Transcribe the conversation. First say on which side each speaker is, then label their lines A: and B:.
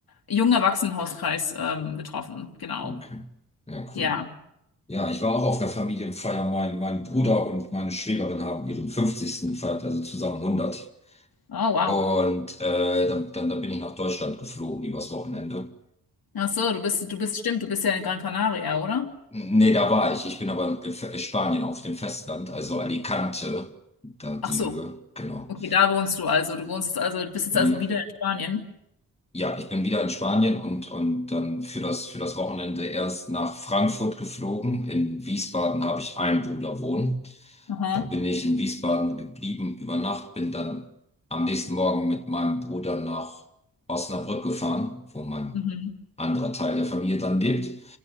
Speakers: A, on the left; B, on the left.
A: jungen Erwachsenenhauskreis ähm, getroffen. Genau.
B: Okay. Ja,
A: Ja.
B: cool. Ja, ich war auch auf der Familienfeier. Mein, mein Bruder und meine Schwägerin haben ihren fünfzigsten gefeiert, also zusammen hundert
A: Oh, wow.
B: Und äh, dann, dann, dann bin ich nach Deutschland geflogen übers Wochenende.
A: Ach so, du bist, du bist, stimmt, du bist ja in Gran Canaria, oder?
B: Nee, da war ich. Ich bin aber in F- Spanien auf dem Festland, also Alicante, da die
A: Ach so.
B: Höhe, genau.
A: Okay, da wohnst du also. Du wohnst also, bist jetzt
B: Hm.
A: also wieder in Spanien.
B: Ja, ich bin wieder in Spanien und, und dann für das, für das Wochenende erst nach Frankfurt geflogen. In Wiesbaden habe ich einen Bruder wohnen.
A: Aha.
B: Dann bin ich in Wiesbaden geblieben über Nacht, bin dann am nächsten Morgen mit meinem Bruder nach Osnabrück gefahren, wo mein
A: Mhm.
B: anderer Teil der Familie dann lebt.